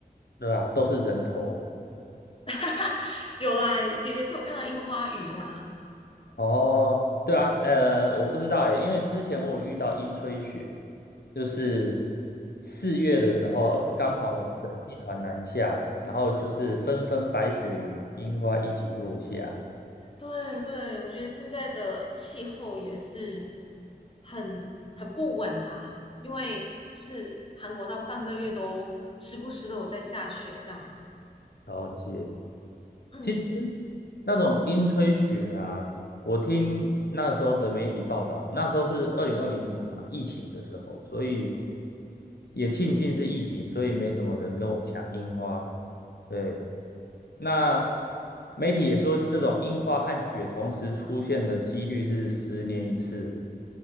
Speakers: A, on the left; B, on the left.
A: 对啊，都是人头。
B: <laughs> 有啦，也也是有看到樱花雨啦。
A: 哦，对啊，呃，我不知道诶，因为之前我有遇到樱吹雪。就是四月的时候，刚好冷气团南下，然后就是纷纷白雪与樱花一起落下。
B: 对对，我觉得现在的气候也是很很不稳啦，因为就是韩国到上个月都时不时都有在下雪这样子。
A: 了解。
B: 嗯
A: 其实那种樱吹雪啊，我听那个时候的媒体报道，那时候是二零二零年嘛，疫情的时候，所以也庆幸是疫情，所以没什么人跟我抢樱花。对，那媒体也说，这种樱花和雪同时出现的几率是十年一次。